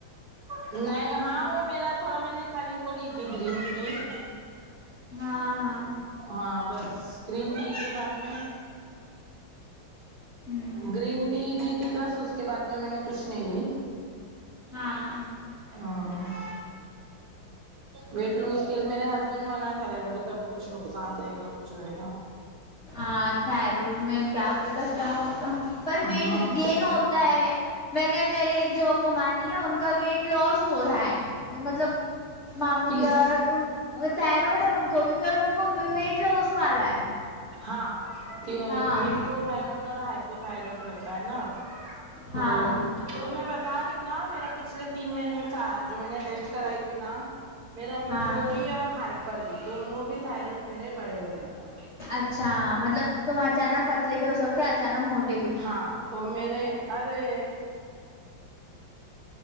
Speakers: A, on the right; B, on the left.
A: نہیں ہاں وہ میرا تھوڑا میں نے خالی وہ لی تھی گرین ٹیک
B: ہاں ہاں
A: ہاں بس گرین ٹی کے بعد میں
B: ہوں
A: گرین ٹی لی تھی بس اس کے بعد میں میں نے کچھ نہیں لی
B: ہاں
A: ہ ویٹ لوز کی میرے ہسبنڈ منا کرے بولے کبھی کچھ نقصان دے گا کچھ ہوئے گا
B: ہاں تھائرائڈ میں کیا پتا کیا ہوتا پر ویٹ
A: ہاں
B: گین ہوتا تا ہے میں نے میرے جو ممانی ہے ان کا ویٹ لاس ہو رہا ہے مطلب ماموں
A: کس
B: کی عورت تھائرائیڈ ہے ان کو بھی پر ان کو ویٹ لوس والا ہے
A: ہاں کہ
B: ہاں
A: ہپو تھائرائڈ اور ہائپو تھائرائڈ رہتا ہے نا
B: ہاں
A: تو تو میں بتا رہی ہوں نا میرا پچھلے تین مہینے جو میں نے ٹیسٹ کرائی تھی نا میرا ہپو
B: ہاں
A: بھی اور ہائپر بھی دونوں بھی تھائرائڈ میرے بڑے ہوئے ہیں
B: اچھا مطلب تم اچانک پتلے بھی ہو سکتے اچانک موٹ
A: ہاں تو میرے ارے